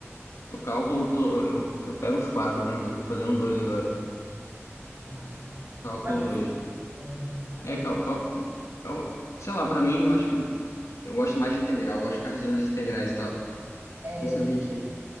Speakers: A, on the left; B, on the right.
A: O cálculo, eu tô, eu, eu pego os quatro, né? Mas eu tô fazendo dois agora.
B: Massa.
A: Cálculo
B: Eu paguei
A: dois.
B: os caras. É, paguei
A: É, cal,
B: o cálculo.
A: cal, eu- sei lá, pra mim, eu acho que eu gosto mais de integral. Eu gosto de ficar resolvendo as integrais e tal.
B: É,
A: Isso é bonitinho.